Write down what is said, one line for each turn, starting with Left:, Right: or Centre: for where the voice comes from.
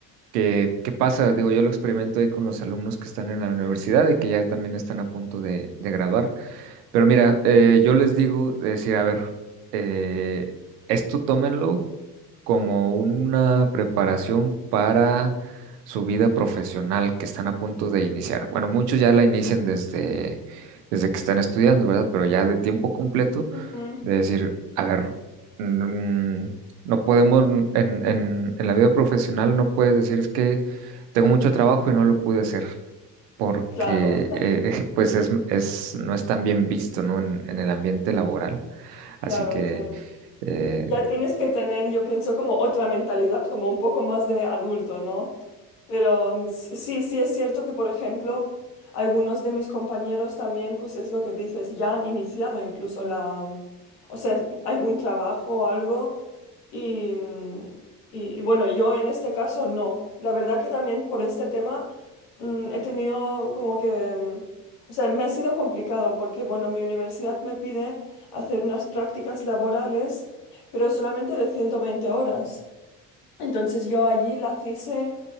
Right: que, que pasa, digo, yo lo experimento ahí con los alumnos que están en la universidad y que ya también están a punto de, de graduar. Pero mira, eh, yo les digo, decir, a ver, eh, esto tómenlo como una preparación para su vida profesional que están a punto de iniciar. Bueno, muchos ya la inician desde, desde que están estudiando, ¿verdad? Pero ya de tiempo completo,
Left: Ujú.
Right: de decir, a ver, mm, no podemos, en, en en la vida profesional no puedes decir es que tengo mucho trabajo y no lo pude hacer porque
Left: Claro,
Right: eh, <laughs> eh, pues es, es- no es tan bien visto, ¿no? En, en el ambiente laboral.
Left: <laughs>
Right: Así
Left: claro,
Right: que
Left: claro.
Right: eh,
Left: Ya tienes que tener, yo pienso, como otra mentalidad, como un poco más de adulto, ¿no? Pero mm, s- sí, sí es cierto que, por ejemplo, algunos de mis compañeros también, pues es lo que dices, ya han iniciado incluso la, mm, o sea, algún trabajo o algo. Y, mm, y- y bueno, yo en este caso no. La verdad que también por este tema mm, he tenido como que, mm, o sea, me ha sido complicado porque, bueno, mi universidad me pide hacer unas prácticas laborales pero solamente de 120 horas. Entonces yo allí las hice